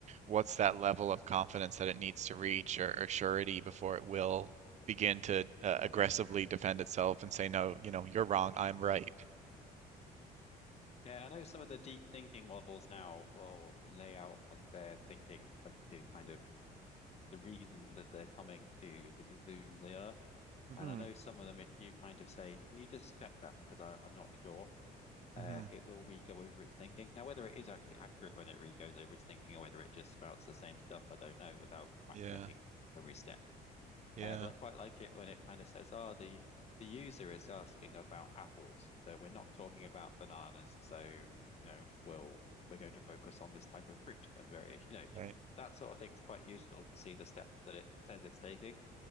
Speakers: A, on the right; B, on the left.
A: what's that level of confidence that it needs to reach or, or surety before it will begin to uh, aggressively defend itself and say, no, you know, you're wrong, I'm right.
B: Yeah, I know some of the deep thinking models now will lay out as they're thinking as to kind of the reason that they're coming to the conclusions they are.
A: hmm
B: And I know some of them, if you kind of say, can you just check that? Because I'm not sure, uh,
A: hmm
B: it will re-go over its thinking. Now, whether it is actually accurate when it re-goes over its thinking or whether it just spouts the same stuff, I don't know without fact
A: Yeah,
B: checking every step.
A: yeah,
B: Uh, but I quite like it when it kind of says, "Oh, the the user is asking about apples, so we're not talking about bananas. So you know, we'll we're going to focus on this type of fruit and variation. You know,
A: right.
B: that sort of thing is quite useful to see the steps that it says it's taking.